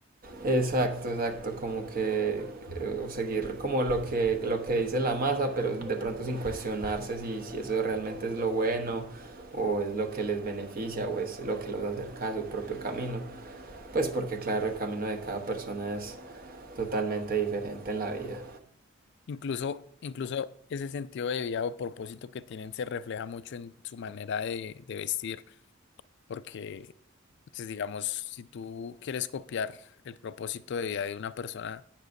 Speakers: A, on the right; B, on the left.
A: Exacto, exacto, como que eh, seguir como lo que, lo que dice la masa, pero de pronto sin cuestionarse si, si eso realmente es lo bueno o es lo que les beneficia o es lo que los acerca a su propio camino. Pues porque claro, el camino de cada persona es totalmente diferente en la vida.
B: Incluso, incluso ese sentido de vida o propósito que tienen se refleja mucho en su manera de, de vestir, porque, pues, digamos, si tú quieres copiar el propósito de vida de una persona